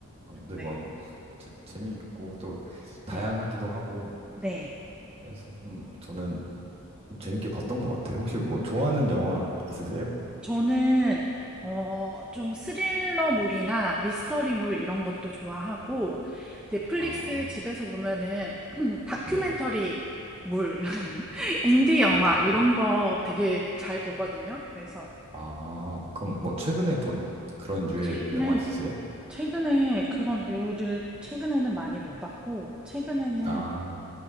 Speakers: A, on the right (about 25°); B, in the centre.
A: 아, 네,
B: 네.
A: 맞아요. 그래서 재, 재미있고 또
B: 네.
A: 다양하기도 하고
B: 네.
A: 해서 좀 저는 좀 재밌게 봤던 것 같아요. 혹시 뭐 좋아하는 영화 있으세요?
B: 저는 어, 좀 스릴러물이나 미스터리물 이런 것도 좋아하고 넷플릭스
A: 아,
B: 집에서 보면은 <clears throat> 다큐멘터리
A: 네.
B: 물, <laughs> 인디 영화
A: 아, 다.
B: 이런 거 되게 잘 보거든요. 그래서
A: 아, 그럼 뭐 최근에 본 그런 류의
B: 최근에
A: 영화 있으세요?
B: 최근에 그런 류를 최근에는 많이 못 봤고 최근에는
A: 아,